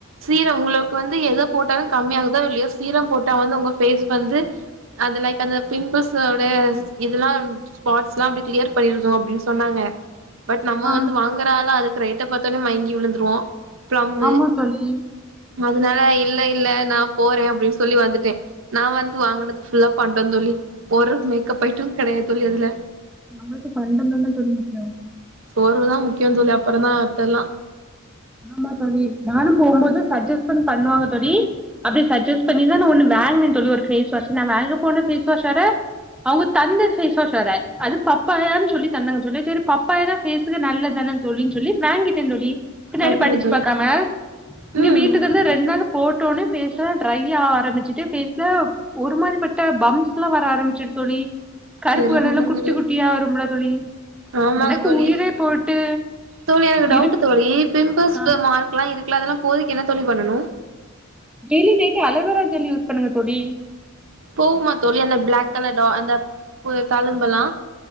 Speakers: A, on the right (about 65°); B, in the centre.
A: சீரம் உங்களு க்கு வந்து எத போட்டாலு கம்மியாகுதோ இல்லையோ சீரம் போட்டா வந்து உங்க ஃபேஸ் வந்து அது லைக் அந்த பிம்பிள்ஸோட இதெல்லா ஸ்பார்ட்ஸ்லா அப்டி கிளியர் பண்ணிருந்தோ அப்டின்னு சொன்னாங்க பட் நம்ம
B: ஆ
A: வந்து வாங்குறா ஆளா அதுக்கு ரேட்டை பாத்தோனே மயங்கி விழுந்துருவோ பிளம்மு
B: ஆமா தோழி
A: அதனால இல்ல இல்ல நா போறே அப்டின்னு சொல்லி வந்துட்டே நா வந்து வாங்கனது ஃபுல்லா பண்டம் தோழி ஒரு மேக்கப் ஐட்டம் கெடையாது தோழி அதுல
B: நம்பளுக்கு பண்டமெல்லாம் தோழி முக்கியம்
A: சோருதா முக்கியம் தோழி அப்புறம் தா மத்தெல்லா
B: ஆமா தோழி நானும் போம்போது சஜஸ்பன் பண்ணுவாங்க தோழி அப்டி சஜெஸ் பண்ணிதா நான் ஒன்னு வாங்கனன் தோழி ஒரு ஃபேஸ் வாஷ் நான் வாங்க போன ஃபேஸ் வாஷ் ஓட அவுங்க தந்தது ஃபேஸ் வாஷ் வேற அது பப்பாயான் சொல்லி தந்தாங்க தோழி செரி பப்பாயானா ஃபேஸ்க்கு நல்லது தான தோழின் சொல்லி வாங்கிட்டேன் தோழி பின்னாடி
A: ஓகேங்க
B: படிச்சி
A: தோழி
B: பாக்காம இங்க
A: ம்
B: வீட்டுக்கு வந்து ரெண்டு நாள் போட்டோன்னே ஃபேஸ்லா ட்ரை ஆரம்பிச்சிட்டு ஃபேஸ்ல ஒரு மாரி பட்டா பம்ஸ்லா வர ஆரம்பிச்சிரும் தோழி கருப்பு
A: சரிங்க
B: கலருள குட்டி
A: தோழி
B: குட்டியா வரும் இல்ல தோழி
A: ஆமாங்க
B: எனக்கு
A: தோழி
B: உயிரே போயிட்டு
A: தோழி எனக்கு டவுட்டு
B: இருக்கு
A: தோழி பிம்பிஸ்
B: நா
A: மார்க்கெலா இருக்குல்ல அதலாம் போறதிக்கு என்ன தோழி பண்ணணும்
B: daily night aloe vera gel use பண்ணுங்க தோழி
A: போவுமா தோழி அந்த பிளாக் கலர் டா அந்த தலும்பெல்லா